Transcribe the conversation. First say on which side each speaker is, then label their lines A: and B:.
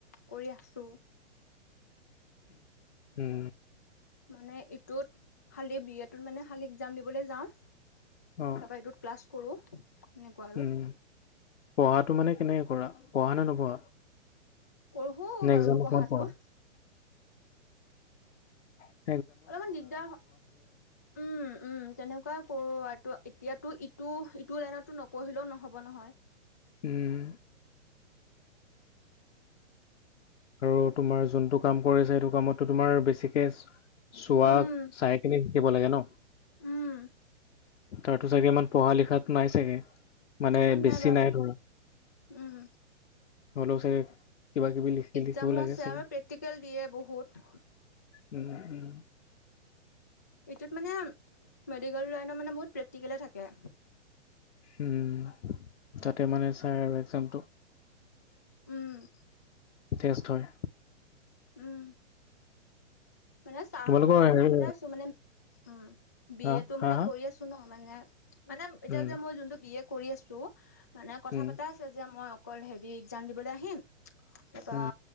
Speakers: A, on the left; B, on the left.
A: কৰি আছো
B: উম
A: মানে ইটোত খালি বি এটোত মানে খালি একজাম দিবলৈ যাওঁ তাৰ
B: অ
A: এইটোত ক্লা কৰোঁ এনেকুৱা আৰু
B: উম পঢ়াটো মানে কেনেকে কৰা পঢ়া নে নপঢ়া
A: পঢ়ো
B: নে
A: বাৰু
B: এক্সামৰ
A: পঢ়াটো
B: সময়ত পঢ়া উ
A: অলপমান দিগদাৰ হয় উম উম তেনেকুৱাই কৰো আৰু এতিয়াতো টো ইটো লাইনততো নপঢ়িলেও নহ'ব নহয়
B: উম আৰু তোমাৰ যোনটো কাম কৰিছে সেইটো কামতটো তোমাৰ বেছিকে চোৱা
A: উম,
B: চাই কিনে শিকিব লাগে ন
A: উম,
B: তাতো চাগে ইমান পঢ়া লিখাত নাই চাগে মানে
A: ইমান
B: বেছি
A: বাৰু
B: নাই ধৰা
A: উম
B: হ'লেও চাগে কিবা কিবি লিখি
A: একজামো
B: লিখিব লাগে
A: আছে
B: চাগে
A: আৰু প্ৰেক্টিকেল দিয়ে বহুত
B: উম উম
A: এইটোত মানে মেডিকেল লাইনৰ মানে বহুত প্ৰেক্টিকলে থাকে
B: উম তাতে মানে চাই আৰু এক্জামটো
A: উম
B: তেটজ হয়
A: উম মানে ছাৰাহতৰ
B: তোমালোকৰ
A: লগত কথা
B: হেৰি
A: পতা আছো মানে উ বি
B: হা
A: এ তটো
B: হা
A: মানে
B: হা
A: কৰি আছো ন মানে মানে এতিয়া
B: উম
A: যে মই যোনটো বি এ কৰি আছো মানে কথা
B: উম
A: পাতা আছে যে মই অকল হেৰি এক্জাম দিবলৈ আহিম তাৰ পৰা
B: উম